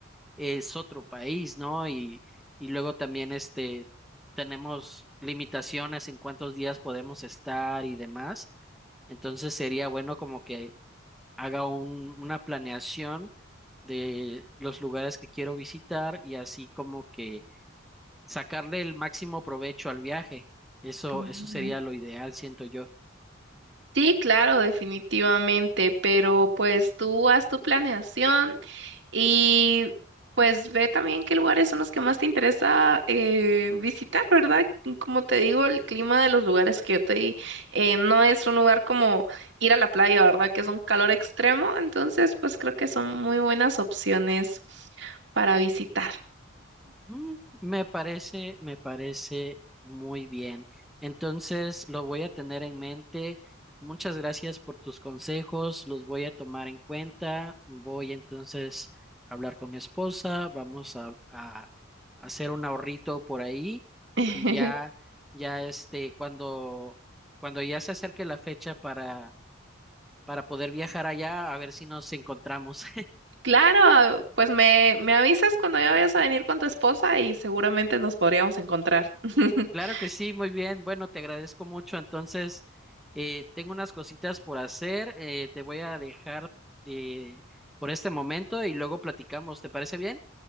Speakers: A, in the centre; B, on the right (about 55°).
A: es otro país, ¿no? Y, y luego también este, tenemos limitaciones en cuántos días podemos estar y demás. Entonces sería bueno como que haga un- una planeación de los lugares que quiero visitar y así como que sacarle el máximo provecho al viaje. Eso,
B: Ujú.
A: eso sería lo ideal, siento yo.
B: Sí, claro, definitivamente, pero pues tú haz tu planeación y pues ve también qué lugares son los que más te interesa eh, visitar, ¿verdad? Y Como te digo, el clima de los lugares que yo te di eh, no es un lugar como ir a la playa, ¿verdad? Que es un calor extremo, entonces pues creo que son muy buenas opciones para visitar.
A: Mm, Me parece, me parece muy bien. Entonces, lo voy a tener en mente. Muchas gracias por tus consejos, los voy a tomar en cuenta. Voy entonces a hablar con mi esposa, vamos a, a hacer un ahorrito por ahí
B: <laughs>
A: y ya, ya este, cuando, cuando ya se acerque la fecha para, para poder viajar allá, a ver si nos encontramos.
B: Claro, pues me, me avisas cuando ya vayas a venir con tu esposa y seguramente nos podríamos encontrar. <laughs>
A: Claro que sí, muy bien. Bueno, te agradezco mucho. Entonces, eh, tengo unas cositas por hacer. eh, te voy a dejar eh, por este momento y luego platicamos. ¿Te parece bien?